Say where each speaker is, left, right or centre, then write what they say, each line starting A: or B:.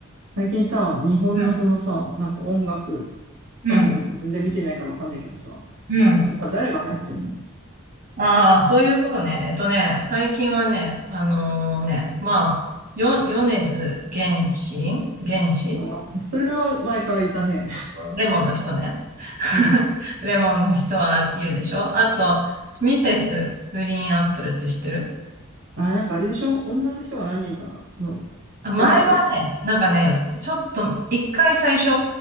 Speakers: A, on the right; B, on the right.
A: 最近さ、日本のそのさ、
B: うん、
A: なんか音楽
B: うん、
A: 番組とか全然見てないからわかんないけどさ、
B: うん。
A: 今誰が流行ってんの
B: ああ、そういうことね。えっとね、最近はね、あのね、まあ、よ、米津玄師玄師
A: あ、それは前からいたね。
B: そうそう、レモンの人ね。<laughs>
A: うん。
B: レモンの人はいるでしょあと、ミセスグリーンアップルって知ってる
A: あ、なんかあれでしょ女の人が何人かの、
B: あ前はね、
A: 違ったっけ
B: なんかね、ちょっと、一回最初、